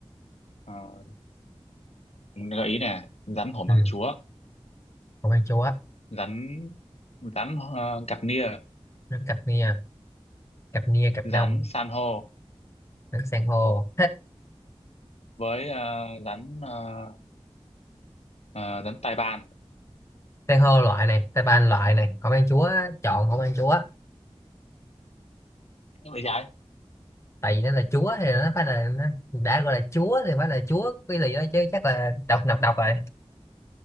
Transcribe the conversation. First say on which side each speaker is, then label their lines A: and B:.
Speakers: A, on the left; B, on the left.
A: Ờ, gợi ý nè rắn hổ mang
B: ừ.
A: chúa
B: không ăn chúa
A: rắn rắn ờ, cặp nia
B: đánh cặp nia cặp nia cặp nông
A: rắn san hô
B: đánh san hô
A: với ờ, rắn ờ, ờ, rắn tai bàn
B: <laughs> san hô loại này tay ban loại này không ăn chúa chọn không ăn chúa
A: vậy trái
B: tại vì nó là chúa thì nó phải là nó đã gọi là chúa thì phải là chúa cái gì đó chứ chắc là độc nọc độc rồi